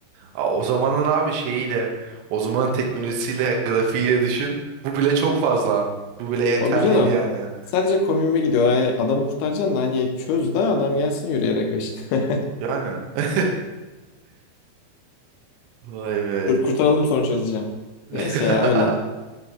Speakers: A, on the right (about 75°); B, on the left (about 80°).
A: Aa, o zamanın abi şeyiyle, o zamanın teknolojisiyle, grafiğiyle düşün. Bu bile çok fazla. Bu bile yeterliydi
B: Abi canım.
A: yani.
B: Sadece komünme gidiyor. Yani adamı kurtaracaksın da hani çöz de adam gelsin yürüyerek peşine. <laughs>
A: Yani. <laughs> Vay be.
B: Dur kurtaralım sonra çözeceğim.
A: <laughs>
B: Neyse ya öyle.